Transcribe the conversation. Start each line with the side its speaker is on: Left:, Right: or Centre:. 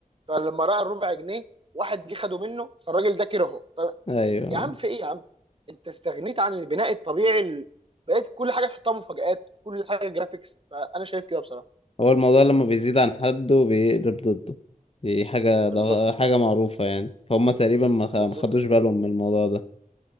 Right: فلما راى الربع جنيه واحد جه خده منه فالراجل ده كرهه طب
Left: ايوه
Right: يا عم في ايه يا عم انت استغنيت عن البناء الطبيعي ال- بقيت كل حاجه تحطها مفاجآت كل حاجه جرافيكس فانا شايف كده بصراحه
Left: هو الموضوع لما بيزيد عن حده بيقلب ضده دي حاجة ده
Right: بالظبط
Left: حاجة معروفة يعني فهم تقريبا ما خ- ما
Right: بالظبط
Left: خدوش بالهم من الموضوع ده